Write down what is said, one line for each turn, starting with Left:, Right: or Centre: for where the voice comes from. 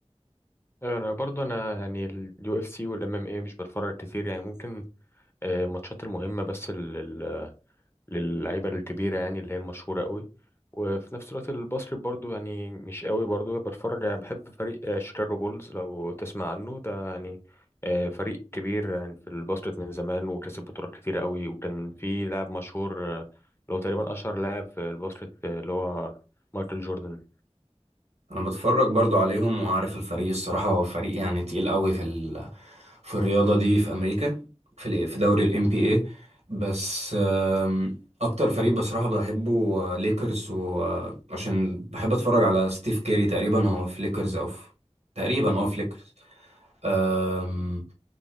Left: انا برضه انا يعني اليو اف سي والام ام اي مش بتفرج كتير يعني ممكن آه، الماتشات المهمة بس لل- لل- للعيبة الكبيرة يعني اللي هي المشهورة قوي وفي نفس الوقت الباسكت برضو يعني مش قوي برضو بتفرج يعني بحب فريق آه، شيكاغو بولز لو تسمع عنه ده يعني آه، فريق كبير يعني في الباسكت من زمان وكسب بطولات كتيرة قوي وكان في لاعب مشهور آه، اللي هو تقريبا أشهر لاعب في الباسكت آه، اللي هو مايكل جوردن
Right: انا بتفرج برضو عليهم وعارف الفريق الصراحه هو فريق يعني تقيل قوي في ال... في الرياضه دي في امريكا في ال... في دوري الام بي اي بس آم، اكتر فريق بصراحه بحبه آه، ليكرز وعشان بحب اتفرج على ستيف كيري تقريبا هو في ليكرز او في تقريبا اه في ليكرز آم،